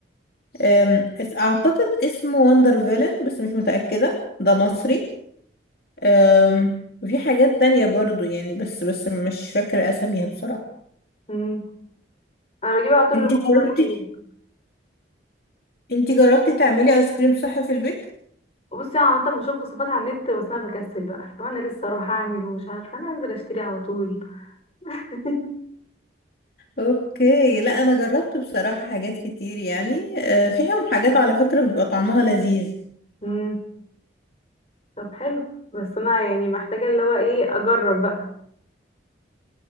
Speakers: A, on the left; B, on the left.
A: أم، اس- اعتقد اسمه وندر فيلن بس مش متأكدة ده مصري أم، وفي حاجات تانية برضو يعني بس بس مش فاكرة اساميها بصراحة
B: مم. انا بجيب على طول
A: انتي
B: اللي هو
A: جربتي
B: فرايد
A: انتي جربتي تعملي ايس كريم صح في البيت
B: بصي انا عامه بشوف وصفات على النت بس انا بكسل بقى لو انا لسه اروح اعمل ومش عارفه انا انزل اشتري على طول <laughs>
A: اوكي لا انا جربت بصراحة حاجات كتير يعني أه، فيهم حاجات على فكرة بيبقى طعمها لذيذ
B: مم. طب حلو بس انا يعني محتاجه اللي هو ايه اجرب بقى